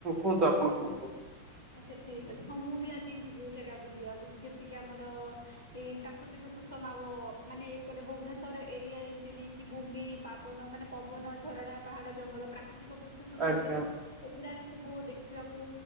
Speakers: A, on the right; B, on the left.
A: କୁହନ୍ତୁ ଆପଣ କୁହନ୍ତୁ।
B: ଆଚ୍ଛା ଠିକ ଅଛି ହଁ ମୁଁ ବି ଆଜି ଏମିତି ବହୁତ ଜାଗା ବୁଲିବାକୁ ଯେମିତିି ଆମର। ଏଇ ପ୍ରାକୃତିକ ସୁଷମା ଓ ମାନେ ଏପଟେ ଭୁବନେଶ୍ଵର ଏରିଆ ଏମତି ନେଇକି। କି ଭୂମି ପାବନ ମାନେ ପବନ ଝରଣା ପାହାଡ ଜଙ୍ଗଲ ପ୍ରାକୃତିକ ଦୂର। ସୌନ୍ଦର୍ଯ୍ୟ
A: ଆଜ୍ଞା
B: ଏଗୁଡା ସବୁ ଦେଖିବାକୁ।